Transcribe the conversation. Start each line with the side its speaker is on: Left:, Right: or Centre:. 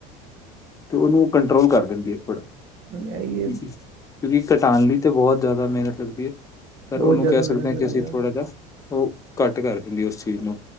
Left: ਤੇ ਓਨੂੰ ਕੰਟਰੋਲ ਕਰ ਦਿੰਦੀ ਹੈ, ਥੋੜਾ
Right: ਇਹੀ ਹੈ
Left: ਕਿਉਂਕਿ ਘਟਾਣ ਲਈ ਤਾਂ ਬੋਤ ਜ਼ਿਆਦਾ ਮੇਹਨਤ ਲੱਗਦੀ ਹੈ। ਪਰ
Right: ਬਹੁਤ
Left: ਓਨੂੰ
Right: ਜ਼ਿਆਦਾ
Left: ਕੈਹ
Right: ਮਿਹਨਤ
Left: ਸਕਦੇ ਹਾਂ
Right: ਲੱਗਦੀ
Left: ਕਿ ਅਸੀਂ
Right: ਆ
Left: ਥੋੜ੍ਹਾ ਜਿਹਾ, ਓ ਘੱਟ ਕਰ ਦਿੰਦੇ ਓਸ ਚੀਜ਼ ਨੂੰ।